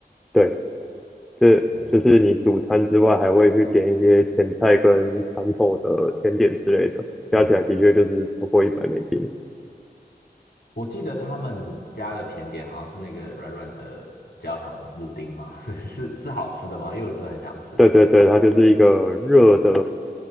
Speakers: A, in the centre; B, on the left (about 75°).
A: 对，这就是你主餐之外，
B: 哦，
A: 还会去点一些前菜跟餐后的甜点之类的，加起来的确就是超过一百美金
B: 嗯，我记得他们家的甜点好像是那个软软的焦糖布丁吗？<laughs> 是是好吃的吗？因为我真的很想吃。
A: 对对对，它就是一个热的